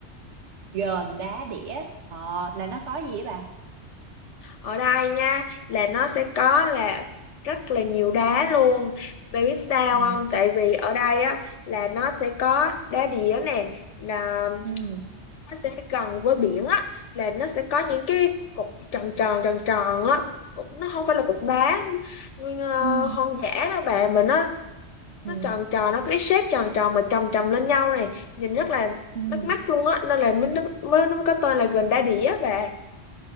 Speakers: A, on the right (about 80°); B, on the left (about 85°).
A: Gòn <laughs> đá đĩa. Ờ, là nó có gì vậy bà?
B: ở đây nha là nó sẽ có là rất là nhiều đá luôn bạn biết sao
A: Ừ
B: không tại vì ở đây á là nó sẽ có đá đĩa nè là
A: ừ
B: nó sẽ gần với biển á là nó sẽ có những cái cục tròn tròn tròn tròn á cục nó không phải là cục đá nguyên ờ,
A: ừ
B: hoang dã đâu bạn mà nó
A: ừ
B: nó tròn tròn nó có cái shape tròn tròn mà chồng chồng lên nhau này nhìn rất là
A: ừ
B: bắt mắt luôn á nên là mới mới nó có tên là gần đá đĩa và